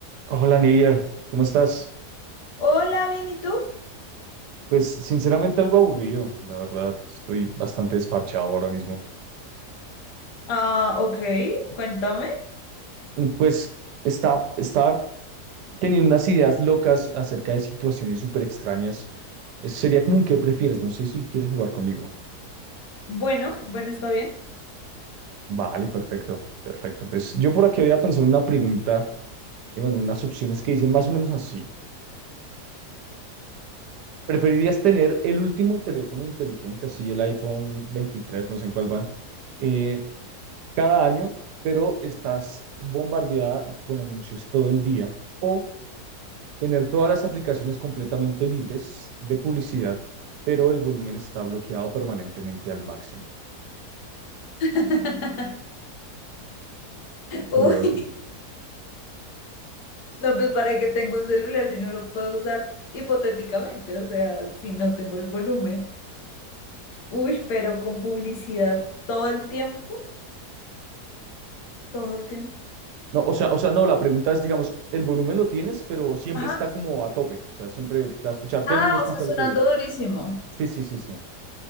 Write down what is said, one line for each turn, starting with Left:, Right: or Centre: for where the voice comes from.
Right: Hola Nidia, ¿cómo estás?
Left: Hola, bien, ¿y tú?
Right: Pues sinceramente algo aburrido, la verdad, estoy bastante desparchado ahora mismo.
Left: Ah, ok, cuéntame.
Right: Mm, Pues estaba, estaba teniendo unas ideas locas acerca de situaciones súper extrañas. Eso sería como un qué prefieres, no sé si quieres jugar conmigo.
Left: Bueno, bueno, está bien.
Right: Vale, perfecto, perfecto. Entonces yo por aquí había pensado en una pregunta, y bueno, unas opciones que dicen más o menos así. ¿Preferirías tener el último teléfono inteligente, así el iPhone 23 no sé en cuál van, eh, cada año, pero estás bombardeada con anuncios todo el día? ¿O tener todas las aplicaciones completamente libres de publicidad, pero el volumen está bloqueado permanentemente al máximo?
Left: <laughs> Uy,
Right: Curioso.
Left: no, pues para qué tengo un celular si no lo puedo usar hipotéticamente, o sea, si no tengo el volumen. Uy, pero con publicidad todo el tiempo, todo el tiempo.
Right: No, o sea, o sea, no, la pregunta es, digamos, el volumen lo tienes, pero siempre
Left: Ajá.
Right: está como a tope. O sea, siempre te va a escuchar, todo
Left: Ah,
Right: el mundo escucha
Left: o sea, sonando
Right: lo que...
Left: durísimo.
Right: Sí, sí, sí, sí.